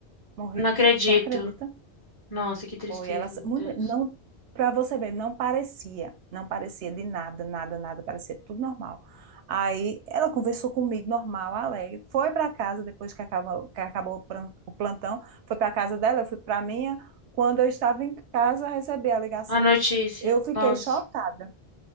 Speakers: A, on the right; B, on the left.
A: morrido.
B: não acredito.
A: Tu acredita?
B: Nossa, que tristeza,
A: Foi ela,
B: meu
A: mulher,
B: Deus.
A: não, para você ver, não parecia, não parecia de nada, nada, nada, parecia tudo normal. Aí ela conversou comigo, normal, alegre, foi para casa depois que acabou, que acabou o pran- o plantão, foi para casa dela, eu fui para minha. Quando eu estava em casa, recebi a ligação.
B: A notícia,
A: Eu fiquei
B: nossa,
A: chocada.